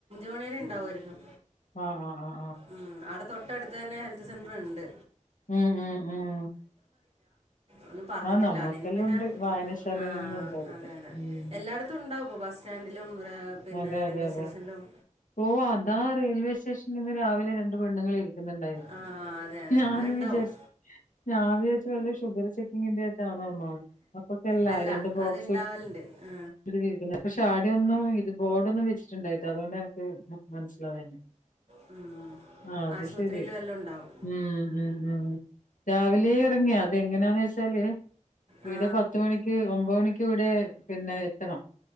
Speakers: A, on the right (about 50°); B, on the left (about 80°).
A: മണി വരെ ഉണ്ടാവുമായിരിക്കും
B: ആ ആ ആ
A: ഉം അവിടെ തൊട്ടടുത്ത് തന്നെ ഹെൽത്ത് സെന്റർ ഇണ്ട്
B: ഉം ഉം ഉം
A: ഒന്നും പറഞ്ഞിട്ടില്ല
B: ആഹ് നമ്മക്കെല്ലാം
A: അല്ലെങ്കി പിന്നെ
B: ഉണ്ട് വായനശാലയിലെല്ലാം
A: ആ
B: ഉണ്ട് അടുത്ത്
A: അതെ അതെ
B: ഉം
A: എല്ലായിടത്തും ഉണ്ടാവും ബസ് സ്റ്റാൻ ൻഡിലും ഏ പിന്നെ
B: അതെ
A: റെയിൽവേ
B: അതെ അതെ
A: സ്റ്റേഷൻലും
B: ഓ അതാ റെയിൽവേ സ്റ്റേഷൻല് ഇന്ന് രാവിലെ രണ്ട് പെണ്ണുങ്ങളി രിക്കുണ്ടായിരുന്നു
A: ആ അതെ അതെ
B: ഞാനും
A: അത് ഉണ്ടാവും
B: വിചാരി ഞാൻ വിചാരിച്ച് വെല്ല ഷുഗർ ചെക്കിങ്ങിന്റെ ആന്നോന്നൊ അപ്പൊക്കെല്ല
A: അല്ല
B: രണ്ട് ബോക്സ്
A: അത് ഉണ്ടാവലുണ്ട് ആ,
B: <unintelligible> പക്ഷെ ആട്യൊന്നും ഇത് ബോഡൊന്നും വെച്ചിട്ടിണ്ടായിറ്റ അതൊണ്ട് ടെർന്നൂ മനസ്സിലാവാഞ്ഞെ
A: ഉം
B: ആ അത്
A: ആശുപത്രിയിലും
B: ശരി
A: എല്ലാം ഉണ്ടാവും
B: ഉം ഉം ഉം രാവിലേ ടങ്ങിയ അത് എങ്ങെനാന്ന് വെച്ചാല്
A: ആ
B: ഇടെ പത്ത്മണിക്ക് ഒമ്പത് മണിക്ക് ക് ഇവിടെ പിന്നെ എത്തണം